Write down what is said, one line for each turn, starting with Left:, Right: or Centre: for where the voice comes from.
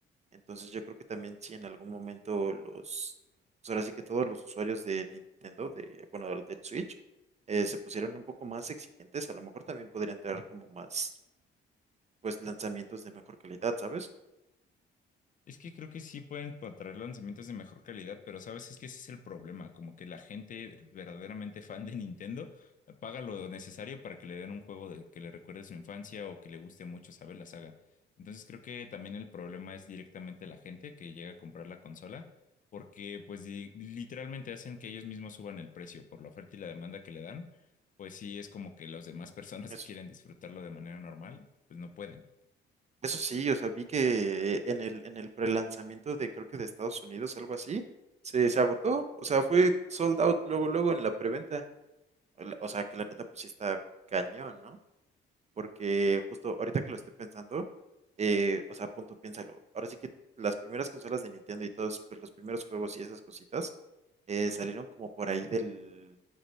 Right: Entonces yo creo que también si en algún momento los, pues ahora sí que todos los usuarios de Nintendo, de, bueno, del del Switch, eh, se pusieran un poco más exigentes, a lo mejor también podrían traer como más, pues, lanzamientos de mejor calidad, ¿sabes?
Left: Es que creo que sí pueden pa- traer lanzamientos de mejor calidad, pero sabes, es que ese es el problema, como que la gente verdaderamente fan de Nintendo paga lo necesario para que le den un juego de, que le recuerde su infancia o que le guste mucho, ¿sabes? La saga. Entonces creo que también el problema es directamente la gente que llega a comprar la consola, porque pues di- literalmente hacen que ellos mismos suban el precio por la oferta y la demanda que le dan, pues sí es como que las demás <laughs> personas
Right: Eso,
Left: que quieren disfrutarlo de manera normal, pues no pueden.
Right: eso sí, o sea, vi que en el, en el prelanzamiento de, creo que de Estados Unidos, algo así, se, se agotó, o sea, fue sold out luego, luego en la preventa, o la- o sea, que la neta pues sí está cañón, ¿no? porque justo ahorita que lo estoy pensando, eh, o sea, punto, piénsalo. Ahora sí que las primeras consolas de Nintendo y todos pues, los primeros juegos y esas cositas eh, salieron como por ahí del,